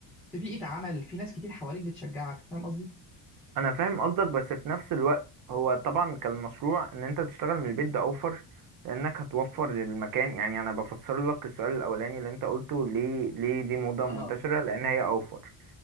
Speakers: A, in the centre; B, on the right.
A: في بيئة عمل في ناس كتير حواليك بتشجعك فاهم قصدي؟
B: انا فاهم قصدك بس في نفس الوقت هو طبعا كان المشروع ان انت تشتغل من البيت ده اوفر لانك هتوفر للمكان يعني انا بفسر لك السؤال الاولاني اللي انت قلته ليه ليه دي موضة منتشرة
A: اه
B: لان هي اوفر